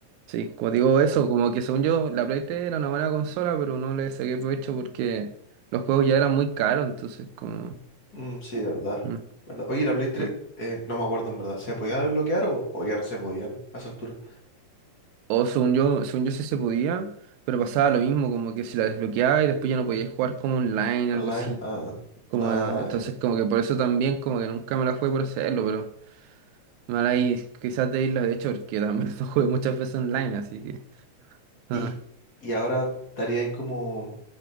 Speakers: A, on the right; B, on the left.
A: Sí, como digo eso, como que según yo, la Play 3 era una buena consola, pero no le saqué provecho porque los juegos ya eran muy caros, entonces como...
B: Mm, sí, verdad.
A: mm,
B: ¿Verdad? Oye, ¿y la Play 3,
A: mm.
B: eh, no me acuerdo en verdad. ¿Se podía desbloquear o, o ya no se podían a esa altura?
A: O según yo, según yo sí se podía, pero pasaba lo mismo, como que si la desbloqueaba y después ya no podías jugar como online,
B: Online,
A: algo así.
B: ah,
A: Como,
B: ah,
A: eh, entonces
B: ya.
A: como que por eso también como que nunca me la jugué por hacerlo, pero mal ahí quizás de irlo de hecho porque también <laughs> lo jugué muchas veces online, así que...
B: ¿Y,
A: ah,
B: y ahora estaría ahí como